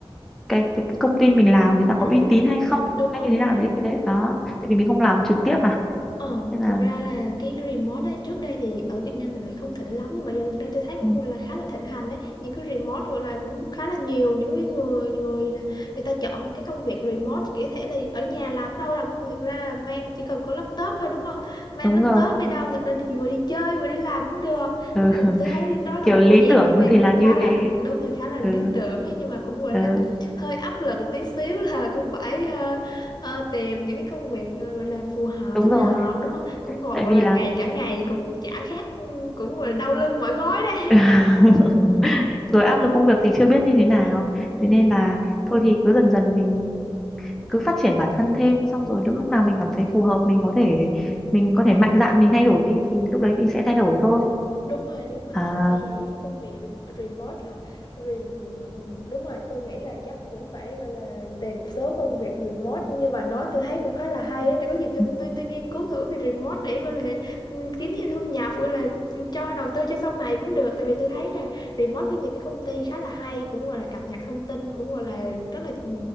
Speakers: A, in the centre; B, on the left.
A: cái cái, cái công ty mình làm người ta
B: ừ.
A: có uy tín hay không
B: đúng
A: hay
B: rồi
A: như thế
B: đúng
A: nào
B: rồi
A: đấy cái đấy đó tại vì mình không làm trực tiếp mà
B: Ờ,
A: nên
B: thật
A: là
B: ra là cái remote đấy trước đây thì ở Việt Nam mình lại không thịnh lắm nhưng mà dạo gần đây tôi thấy cũng
A: ừ,
B: gọi là khá là thịnh hành đấy những cái remote gọi là cũng khá là nhiều những cái người người người ta chọn cái công việc remote kiểu thể là ở nhà làm đâu là cũng được thật ra là mang chỉ cần có laptop thôi đúng không mang
A: đúng
B: laptop
A: rồi
B: đi đâu thật ra đi vừa đi chơi vừa đi làm cũng được
A: ừ.
B: nên là
A: <laughs>
B: tôi thấy đó là
A: kiểu
B: một
A: lý
B: cái
A: tưởng
B: dạng công việc
A: thì
B: cũng
A: là
B: khá
A: như
B: là
A: thế
B: đúng rồi khá là lý
A: ừ,
B: tưởng ấy, nhưng mà cũng gọi
A: ừ,
B: là hơi áp lực một tí xíu là cũng phải ờ, Ờ, tìm những cái công việc ờ, gọi là phù hợp
A: đúng
B: thích
A: rồi
B: hợp đúng không cũng gọi
A: tại
B: gọi
A: vì
B: là
A: là
B: ngày cả ngày cũng chả khác ừ, cũng gọi là đau lưng mỏi gối đây
A: <laughs>
B: <laughs>
A: rồi áp lực công việc thì chưa biết như thế nào
B: Ừ.
A: thế nên là thôi thì cứ dần dần mình cứ phát triển bản thân thêm xong rồi đến lúc nào mình cảm thấy phù hợp mình có thể mình có thể mạnh dạn mình thay đổi đi thì lúc đấy mình sẽ thay đổi thôi
B: đúng rồi đúng rồi
A: à
B: bởi vậy cái công việc remo- remote hả Rem... đúng rồi tôi nghĩ là chắc cũng phải gọi là tìm một số công việc remote nhưng mà nói tôi thấy cũng khá là hay á để có gì tôi
A: ừ,
B: tôi tôi nghiên cứu thử về remote để gọi là ừ, kiếm thêm thu nhập gọi là ừ, cho đầu tư cho sau này cũng được tại vì tôi thấy là remote có nhiều cái công ty khá là hay cũng gọi là cập nhật thông tin cũng gọi là rất là ừ,